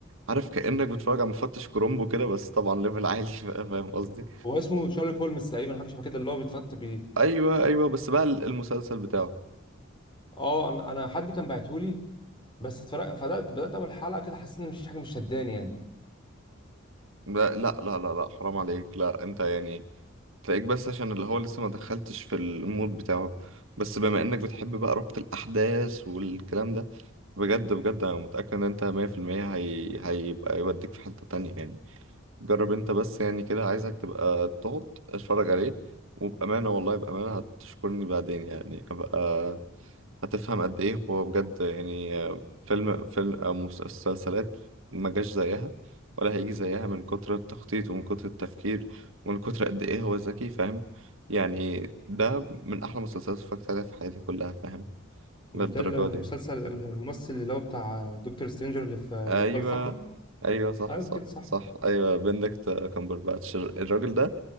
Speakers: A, on the right; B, on the left.
A: عارف كأنك بتتفرج على مفتش كرومبو كده بس طبعا ليفل عالي <laughs> بقى فاهم قصدي
B: هو اسمه شارلوك هولمز تقريبا حاجه شبه كده اللي هو بيتفت بيه
A: ايوه ايوه بس بقى المسلسل بتاعه
B: اه انا انا حد كان بعتهولي بس اتفرق فبدات بدات اول حلقه كده حسيت ان مفيش حاجه مش شداني يعني
A: لا لا لا لا لا حرام عليك لا انت يعني تلاقيك بس عشان اللي هو لسه ما دخلتش في المود بتاعه بس بما انك بتحب بقى ربط الاحداث والكلام ده بجد بجد انا متأكد ان انت 100% هي... هيبقى يوديك في حتة تانية يعني جرب انت بس يعني كده عايزك تبقى تقعد اتفرج عليه وبأمانة والله بأمانة هتشكرني بعدين يعني ابقى هتفهم قد ايه هو بجد يعني آه، فيلم فيلم او مس- مسلسلات ما جاش زيها ولا هيجي زيها من كتر التخطيط ومن كتر التفكير ومن كتر قد ايه هو ذكي فاهم يعني ده من احلى مسلسلات اتفرجت عليها في حياتي كلها فاهم
B: مش
A: للدرجه
B: ده المسلسل
A: دي يعني.
B: مش الممثل اللي هو بتاع دكتور سترينجر اللي في الابطال
A: ايوه
B: الخارقه
A: ايوه صح
B: ايوه
A: صح
B: كده صح
A: صح ايوه بندكت كامبرباتش الراجل ده